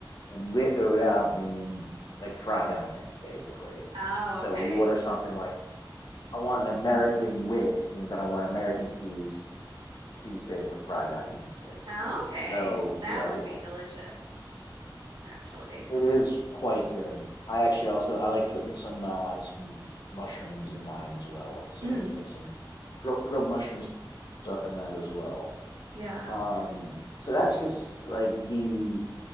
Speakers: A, on the left; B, on the right.
A: and with or without means like fried onions, basically.
B: Oh,
A: So
B: okay.
A: you order something like, I want an American wit, means that I want American cheese, cheesesteak with fried onions, basically.
B: Oh, okay.
A: So,
B: That
A: you know,
B: would be delicious, actually.
A: it is quite good. I actually also, I like putting some uh some mushrooms in mine as well. So
B: Mm,
A: just make some grilled grilled mushrooms up in that as well.
B: yeah.
A: Um, so that's just like the